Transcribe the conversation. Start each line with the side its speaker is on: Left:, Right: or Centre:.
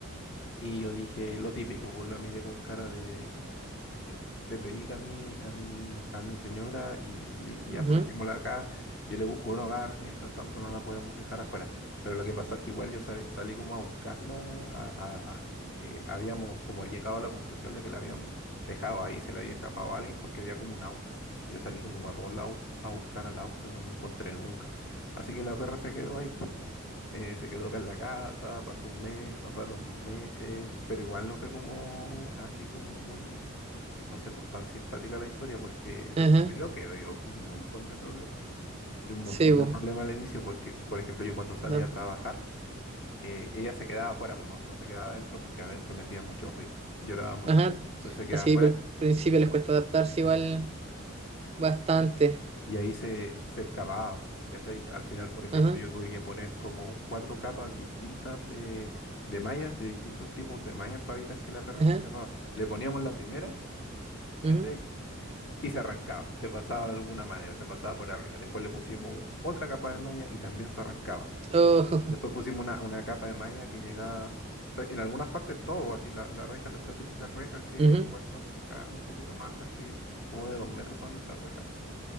Left: Y yo dije lo típico, pues la miré con cara de, <laughs> de penita a mi, a mi, a mi señora y le dije,
Right: ujú,
Left: ya, pues dejémosla acá, yo le busco un hogar, mientras tanto no la podemos dejar afuera. Pero lo que pasó es que igual yo salí, salí como a buscarla, a- a- a- eh, habíamos como llegado a la conclusión de que la habían dejado ahí, se le había escapado a alguien porque había como un auto. Yo salí como para todos lados a buscar al auto, no lo encontré nunca. Así que la perra se quedó ahí. pues. Eh, se quedó acá en la casa, pasó un mes, pasaron dos meses, pero igual no fue como así como muy, no sé, pues tan simpática la historia, porque lo
Right: Ajá.
Left: primero que dio un montón de problemas, de un montón
Right: Sí, pues.
Left: de problemas al inicio, porque, por ejemplo, yo cuando salía
Right: da-
Left: a trabajar, eh, ella se quedaba afuera, pues no, no se quedaba adentro porque adentro metía mucho ruido, lloraba mucho,
Right: Ajá.
Left: entonces se quedaba
Right: Así
Left: afuera.
Right: por el principio les cuesta adaptarse
Left: sí.
Right: igual bastante.
Left: y ahí se, se excavaba. ¿cachai? Al final, por ejemplo,
Right: Ajá.
Left: yo tuve que poner como cuatro capas distintas de, de mallas, de distintos tipos de mallas para evitar que la perra
Right: Ajá.
Left: se escapaba. Le poníamos la primera, ¿cachai?
Right: ujú.
Left: Y se arrancaba, se pasaba de alguna manera, se pasaba por arriba. Después le pusimos otra capa de malla y también se arrancaba.
Right: Oh,
Left: Después
Right: <laughs>
Left: pusimos una, una capa de malla que llegaba, pre- en algunas partes todo, así la, la reja, las estas típicas rejas que
Right: ujú.
Left: igual son ca- un poquito más altas que como de dos metros son estas rejas